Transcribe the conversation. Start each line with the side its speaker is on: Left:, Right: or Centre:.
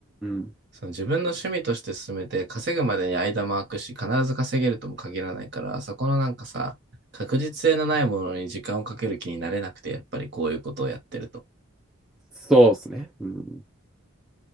Centre: ん
Right: その自分の趣味として進めて稼ぐまでに間も空くし、必ず稼げるとも限らないから、そこのなんかさ、確実性のないものに時間をかける気になれなくて、やっぱりこういうことをやってると。
Centre: そうっすね。うん。